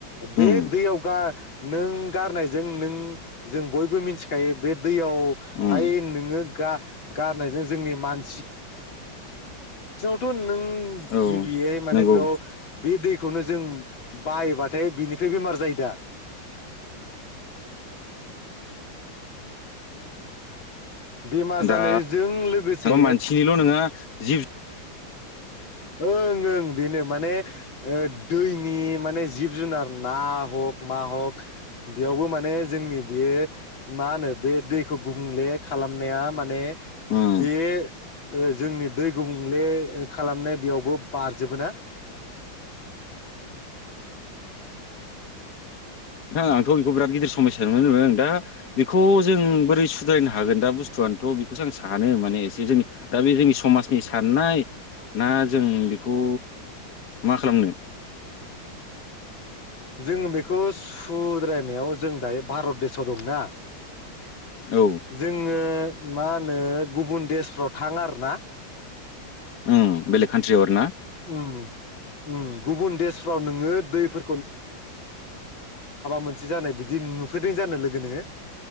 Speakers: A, on the left (about 70°); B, on the left (about 55°).
A: बे
B: उम
A: दैयाव गा नों गारनायजों नों जों बयबो मिथिखायो बे दैयावहाय
B: उम
A: नोंङो गा गारनायजों जोंनि मान नों
B: औ
A: गिबियै माने
B: नंगौ
A: बेयाव बे दैखौनो जों बायोबाथाय बेनिफ्राय बेमार जायो दा बेमार जानायजों
B: दा
A: लोगोसे
B: मानसिनिल' नङा जिब
A: ओं ओं बेनो माने ओ दैनि माने जिब जुनार ना हक मा हक बेयावबो माने जोंनि बेयो मा होनो बे दैखौ गुबुंले खालामनाया माने
B: उम
A: बे जोंनि दै गुबुंले खालामनाय बेयावबो बारजोबो ना
B: नोंथां आंथ बेखौ बिराद गिदिर समस्या नुनो मोनों दा बेखौ जों बोरै सुद्रायनो हागोन दा बुस्थुआनोथ बेखौसो आं सानो माने एसे जोंनि दा बे जोंनि समाजनि साननाय ना जों बेखौ मा खालामनो
A: जोंङो बेखौ सुद्रायनायाव जों दायो भारत देशआव दंना
B: औ
A: जोंङो मा होनो गुबुन देसफ्राव थां आरोना
B: उम बेलेग कान्ट्रिआव आरोना
A: उम उम गुबुन देशफ्राव नोंङो दैफोर मोनसे जानाय बिदि नुफेरदों जानो लोगो नोङो